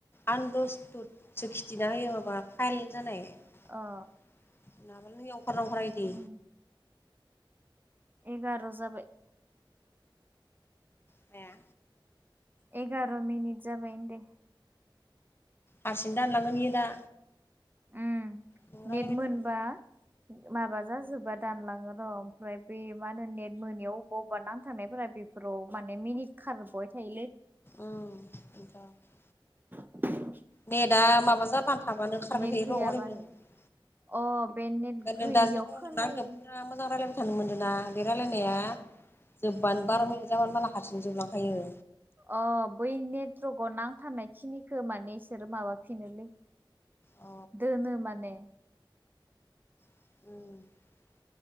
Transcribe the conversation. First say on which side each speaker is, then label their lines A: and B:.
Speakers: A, on the left; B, on the right.
A: आनदस्तुद सो खिथिना होयो माबा फाइल जानाय नंङाबा
B: अ
A: नैयाव अंखारा अंखारा इदि।
B: उम एगार' जाबाय।
A: माया
B: एगार' मिनिट जाबाय होनदो।
A: हारसिं दानलांगोन इयो दा।
B: उम
A: नों रायलायबाय
B: नेट मोनबा
A: थाबा
B: माबा जाजोब्बा दानलाङोर' ओमफ्राय बे मा होनो नेट मोनियाव अबेबा अबेबा नांथानायफोरा बे फोराव माने मिनिट खारबाय थायोलै।
A: उम एनोथ'।
B: <inaudible>
A: नेटआ माबा जाबानो थाबानो खारबाय
B: नेट
A: थायोर'
B: गैयाबानो
A: ओरैनो। ओमफ्राय
B: अ' बे नेट गैयियाव
A: नों दा जों
B: खोनायि
A: नोंना आंजों फुरा मोजां रायलायबाय थानो मोन्दोंना बे रायलायनाया जोब्बानो
B: ओ
A: बार' मिनिट जाबानो माला हारसिंनो जोबलांखायो।
B: अ' बै नेटवर्कआव नांथानाय खिनिखो माने इसोर माबाफिनोलै।
A: अ
B: दोनो माने।
A: <inaudible>